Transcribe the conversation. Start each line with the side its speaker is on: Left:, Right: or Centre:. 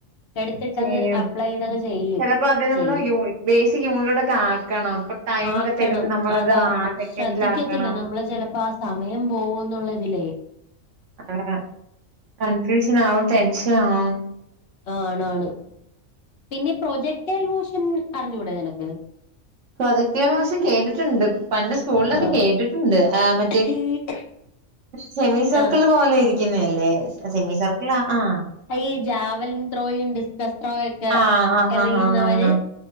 Left: എടുത്തിട്ടങ്ങ്
Right: ചെയ്യും.
Left: അപ്ലൈ ചെയ്തങ്ങ് ചെയ്യും,
Right: ചെലപ്പോ അത് നമ്മള്
Left: ചെയ്യും.
Right: യൂ ബേസിക് യൂണിറ്റിലൂടൊക്കെ ആക്കണം. അപ്പൊ ടൈം
Left: ആക്കണം
Right: ഒക്കെ തരുമ്പോ നമ്മളത്
Left: അതാ
Right: ആ സെക്കൻഡിലാക്കണം.
Left: ശ്രദ്ധിക്കത്തില്ല നമ്മള് ചെലപ്പാ സ് സമയം പോവോന്നുള്ളതിലേ
Right: അതാ കൺഫ്യൂഷനാവും ടെൻഷനാവും
Left: ആ ആണാണ് പിന്നെ പ്രൊജെക്ടേൽ മോഷൻ അറിഞ്ഞൂടെ നിനക്ക്?
Right: Projectile motion. കേട്ടിട്ടുണ്ട് പണ്ട് സ്കൂളിലൊക്കെ
Left: ആഹ്
Right: കേട്ടിട്ടുണ്ട്. ആ മ
Left: <inaudible>
Right: സെമി സെർക്ക്ൾ
Left: ആഹ്
Right: പോലെ ഇരിക്കിന്നേയല്ലേ? സെമി സർക്ക്ൾ ആഹ്.
Left: അഈ ജാവൽ ത്രോയും ഡിസ്കസ് ത്രോയെക് ക്കെ
Right: ആഹ്
Left: എറിയ്ന്നവര്
Right: ആഹ് ആഹ് ആഹ്